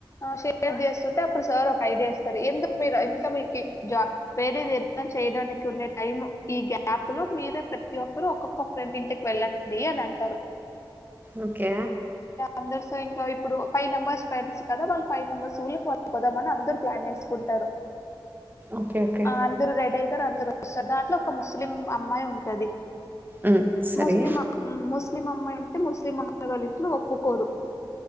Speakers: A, on the left; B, on the right.
A: షేర్ చేస్తుంటే అప్పుడు సార్ ఒక ఐడియా ఇస్తారు ఎందుకు మీరు ఇంకా మీకు వేరేది ఎత్తన్ చేయడానికి ఉండే టైం ఈ గా గాప్లు మీరే ప్రతి ఒక్కరు ఒక్కొక్క ఫ్రెండ్ ఇంటికి వెళ్ళండి అని అంటారు
B: ఓకే
A: అందరుతో ఇంకా ఇప్పుడు ఫైవ్ మెంబర్స్ ఫ్రెండ్స్ కదా వాళ్ళ ఫైవ్ మెంబర్స్ ఊళ్ళకిళ్ళు పోదామని అందరు ప్లాన్ ఏసుకుంటారు
B: ఓకే ఓకే
A: ఆ అందరు రెడ్ అయితారు అందరు వస్తారు దాంట్లో ఒక ముస్లిం అమ్మాయి ఉంటది
B: ఉమ్, సరే
A: ముస్లిం ముస్లిం అమ్మాయి అంటే ముస్లిం అమ్మాయి వాళ్ళ ఇంట్లో ఒప్పుకోరు